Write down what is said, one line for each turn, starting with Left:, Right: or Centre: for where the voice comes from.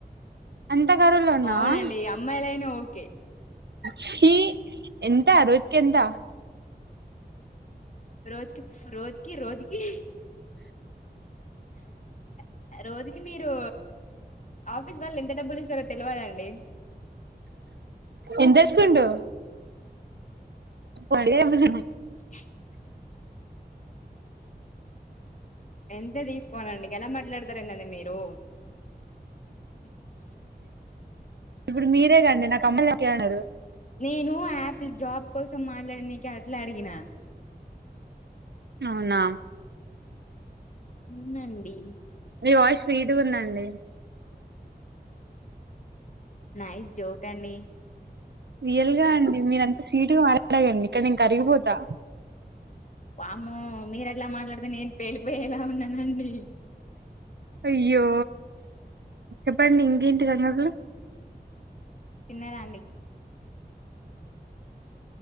Right: అంత కరువులో ఉన్నావ
Left: అవునండి అమ్మాయిలైనా ఓకే
Right: ఛీ ఎం ఎంత రోజకి ఎంత
Left: రోజుకి రోజుకి రోజుకి <inaudible> రోజుకి మీరు ఆఫీస్ వాళ్ళు ఎంత డబ్బులు ఇస్తారో తెలవదండి
Right: ఎంతేసుకుండు అడగలె వాళ్ళని
Left: <inaudible> ఎంత తీసుకోనండి గాలా మాట్లాడతా రండి అది మీరు ఈచ్
Right: ఇప్పుడు మీరే కాండి నాకు అమ్మలకేన్నారు.
Left: నేను యాపిల్ జాబ్ కోసం మాట్లాడినికి అట్లా అడిగిన
Right: అవునా
Left: ఉందండీ
Right: మీ వాయిస్ స్వీట్గుందాండి
Left: నైస్ జోక్ అండి
Right: రియల్గా అండి మీరంత స్వీట్గా మాట్లాడగండి ఇక్కడ నేను కరిగిపోతా
Left: వామ్మో మీరు అట్లా మాట్లాడుతే నేను పేలిపోయేలా ఉన్నానండి
Right: అయ్యో చెప్పండి ఇంకేంటి సంగతులు
Left: తిన్నారాండి